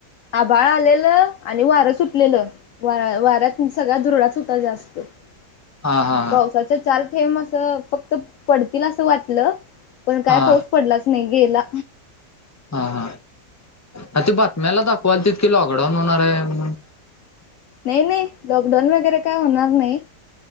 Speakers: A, on the left (about 65°); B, on the left (about 25°).
A: आभाळ आलेलं आणि वारं सुटलेलं वाार्या वाऱ्यात सगळा धुरळाच होता जास्त.
B: हा हा
A: आणि पावसाच चार थेंब असं फक्त पडतील असं वाटलं पण काय
B: हा
A: पाऊस पडलाच नाही गेला.
B: हा हा आ, ते बातम्याला दाखवाल तत कि लॉकडाऊन होणार आहे म्हणून.
A: नाही नाही लॉकडाऊन वगैरे काय होणार नाही.